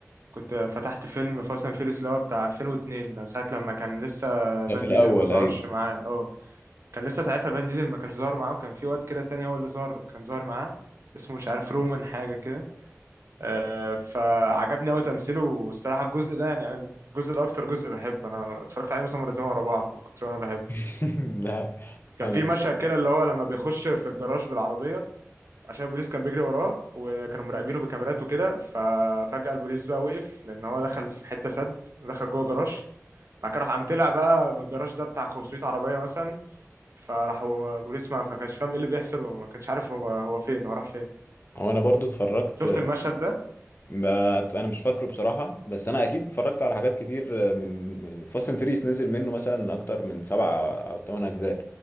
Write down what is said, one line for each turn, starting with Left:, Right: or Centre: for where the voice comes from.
Right: كنت فتحت فيلم فاست اند فيريس اللي هو بتاع 2002 ساعة لما كان لسه
Left: ده
Right: فان
Left: في
Right: ديزل
Left: الاول
Right: ما ظهرش
Left: ايوه
Right: معاه اه كان لسه ساعتها فان ديزل ما كانش ظاهر معاه وكان في واد كده تاني هو اللي ظهر كان ظاهر معاه اسمه مش عارف رومان حاجة كده آه، فعجبني قوي تمثيله والصراحة الجزء ده يعني أنا الجزء ده أكتر جزء بحبه أنا اتفرجت عليه مثلا مرتين ورا بعض من كتر ما أنا بحبه
Left: <laughs> لا
Right: كان
Left: انا
Right: في مشهد كده اللي هو لما بيخش في الجراج بالعربية عشان البوليس كان بيجري وراه وكانوا مراقبينه بكاميرات وكده ففجأة البوليس بقى وقف لأن هو دخل في حتة سد دخل جوه جراج بعد كده راح قام طلع بقى من الجراج ده بتاع 500 عربية مثلا فراحوا جوريس ما ما كانش فاهم ايه اللي بيحصل وما كانش عارف هو هو فين هو راح فين
Left: هو انا برضو اتفرجت
Right: شفت المشهد ده
Left: ما انا مش فاكره بصراحه بس انا اكيد اتفرجت على حاجات كتير آه، من من فاست اند فيريس نزل منه مثلا اكتر من سبع او ثمان اجزاء